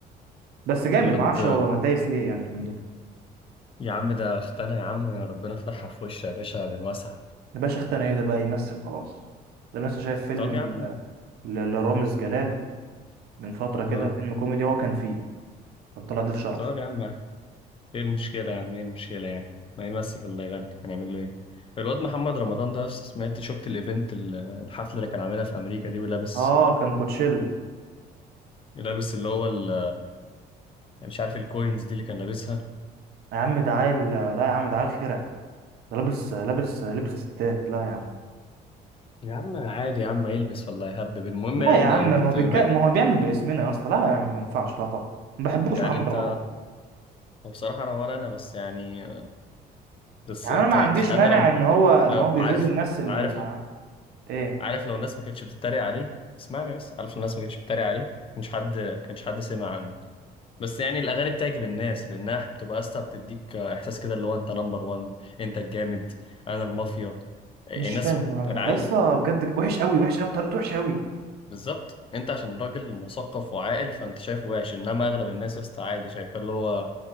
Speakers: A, on the right; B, on the left.
A: بس جامد
B: يض
A: ما اعرفش هو دايس ليه يعني من دول
B: يا عم ده اختنا يا عم ربنا فتحها في وشها يا باشا من واسع
A: الباشا اختنا ايه ده بقى يمثل خلاص ده أنا لسه شايف فيلم
B: طب
A: ل-
B: يا عم
A: ل- لرامز جلال من فترة كده
B: اه
A: فيلم كوميدي هو كان فيه كان طلع ضيف شرف
B: طب يا عم ايه المشكله يا عم ايه المشكله يعني ما يمثل ولا يغني هنعمل له ايه الواد محمد رمضان ده أصلاً سمعت شفت الايفنت ال- الحفله اللي كان عاملها في امريكا دي ولابس
A: اه كان كوتشيلا
B: لابس اللي هو ال- مش عارف الكوينز دي اللي كان لابسها
A: يا عم ده عيل لا يا عم ده عيل خرع ده لابس لابس لبس ستات لا يا عم
B: يا عم عادي يا عم يلبس ولا يهبب المهم
A: لا
B: يعني
A: يا
B: ان
A: عم
B: انا
A: ما
B: كنت
A: هو بيك...
B: مات
A: ما هو بيعمل باسمنا يا اسطى لا يا عم ما ينفعش لا طبعا ما بحبوش
B: يعني
A: محمد
B: انت
A: رمضان
B: وبصراحة انا ولا انا بس يعني بس
A: يعني
B: ت-
A: انا ما عنديش
B: ت- انا
A: مانع
B: لو
A: ان هو ان
B: لو
A: هو بيغيظ
B: عارف
A: الناس اللي
B: عارف
A: مع...
B: لو
A: ايه
B: عارف لو الناس ما كانتش بتتريق عليه اسمعني بس عارف لو الناس ما كانتش بتتريق عليه مش حد كانش حد سمع عنه بس يعني الاغاني بتعجب الناس لانها بتبقى اسطى بتديك احساس كده اللي هو انت نمبر وان انت الجامد انا المافيا الناس
A: مش فاهم انا
B: العيال
A: يا اسطى بجد وحش قوي وحش قوي طريقته وحشه قوي
B: بالظبط انت عشان راجل مثقف وعاقل فانت شايفه وحش انما اغلب الناس يا اسطى عادي شايفاه اللي هو